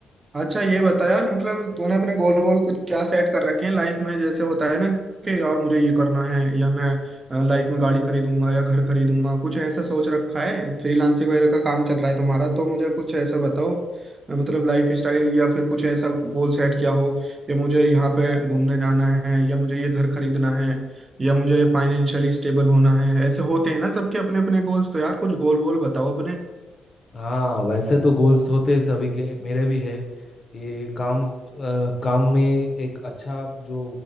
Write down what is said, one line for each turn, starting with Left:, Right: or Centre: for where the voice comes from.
Right: अच्छा ये बता यार मतलब तूने अपने गोल गोल कुछ क्या सेट कर रखे हैं लाइफ में जैसे होता है ना कि यार मुझे ये करना है या मैं लाइफ में गाड़ी खरीदूंगा या घर खरीदूंगा कुछ ऐसा सोच रखा है फ्रीलांसिंग वगैरह का काम चल रहा है तुम्हारा तो मुझे कुछ ऐसा बताओ मतलब लाइफ स्टाइल या फिर कुछ ऐसा गोल सेट किया हो कि मुझे यहाँ पे घूमने जाना है या मुझे ये घर खरीदना है या मुझे फाइनेंशियली स्टेबल होना है ऐसे होते हैं ना सबके अपने अपने गोल्स तो यार कुछ गोल गोल बताओ अपने
Left: हाँ वैसे तो गोल्स होते हैं सभी के मेरे भी है ये काम अ, काम में एक अच्छा जो